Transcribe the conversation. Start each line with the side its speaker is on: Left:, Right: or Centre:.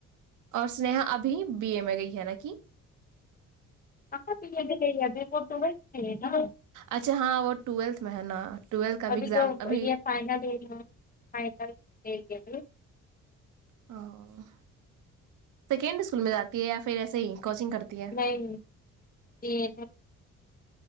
Right: اور سنییہا ابھی بی اے میں گئی ہے نا کہ
Left: کہاں بی اے میں گئی ہے ابھی تو وہ ٹویلتھ میں ہے نا
Right: اچھا ہاں وہ ٹویلتھ میں ہے نا ٹویلتھ کا بھی
Left: ابھی
Right: ایگزام
Left: تو
Right: ابھی
Left: یہ فائنل ہے فائنل دیگی ابھی
Right: ا سیکنڈ اسکول میں جاتی ہے یا پھر ایسے ہی کوچنگ کرتی ہے
Left: <unintelligible>